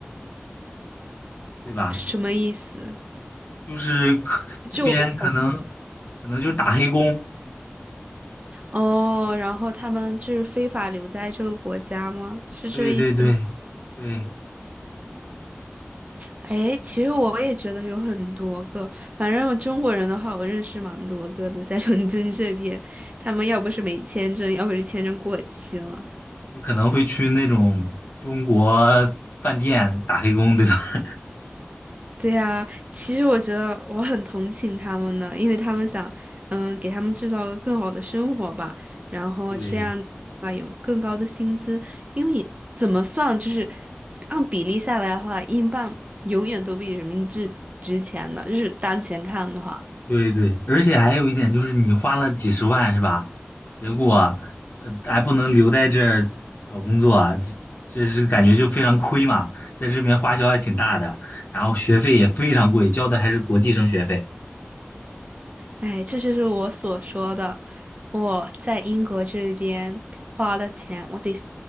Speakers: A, on the left; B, on the right.
A: 对吧？
B: 什么意思？
A: 就是可这边可能
B: 就我。
A: 可能就是打黑工，
B: 哦，然后他们就是非法留在这个国家吗？是这意思吗？
A: 对对对对，
B: 哎，其实我也觉得有很多个，反正我中国人的话，我认识蛮多个的，在伦敦这边，他们要不是没签证，要不是签证过期了。
A: 就可能会去那种中国饭店打黑工，对吧？<laughs>
B: 对呀，其实我觉得我很同情他们呢，因为他们想，嗯，给他们制造更好的生活吧，然后这样子啊，
A: 对
B: 有更高的薪资，因为你怎么算，就是按比例下来的话，英镑永远都比人民币值钱的，就是当前看的话，
A: 对对对，而且还有一点就是你花了几十万是吧？结果呃还不能留在这儿找工作啊，这这是感觉就非常亏嘛，在这边花销还挺大的，然后学费也非常贵，交的还是国际生学费。
B: 哎，这就是我所说的，我在英国这边花的钱，我得